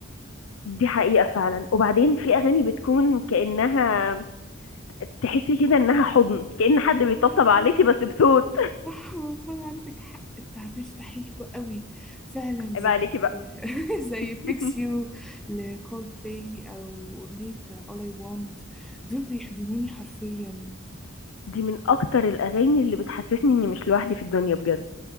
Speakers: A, on the left; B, in the centre.
A: دي حقيقه فعلا وبعدين في اغاني بتكون كانها تحسي كده انها حضن كأن حد
B: أيوه
A: بيطبطب عليكي بس بصوت
B: صح والله عندك حق التعبير ده حلو قوي فعلا
A: <laughs>
B: زي
A: عيب عليكي بقى
B: <laughs> زي
A: <laughs>
B: فيكس يو لكول بلاي أو أغنية All I Want دول بيحضنوني حرفيا
A: دي من اكتر الاغاني اللي بتحسسني اني مش لوحدي في الدنيا بجد